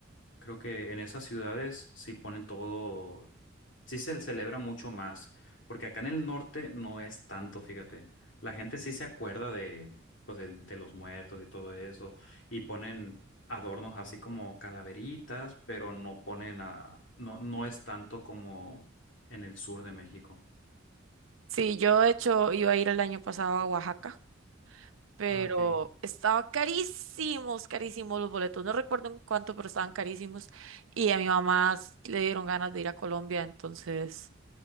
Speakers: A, on the left; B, on the right.
A: Creo que en esas ciudades sí ponen todo, sí se celebra mucho más, porque acá en el norte no es tanto, fíjate. La gente sí se acuerda de, pues, del- de, los muertos y todo eso, y ponen adornos así como calaveritas, pero no ponen a, no, no es tanto como en el sur de México.
B: Sí, yo de hecho iba a ir el año pasado a Oaxaca. pero
A: Ah, ok.
B: estaba carísimos, carísimos los boletos. No recuerdo en cuánto, pero estaban carísimos. Y a mi mamá s- le dieron ganas de ir a Colombia, entonces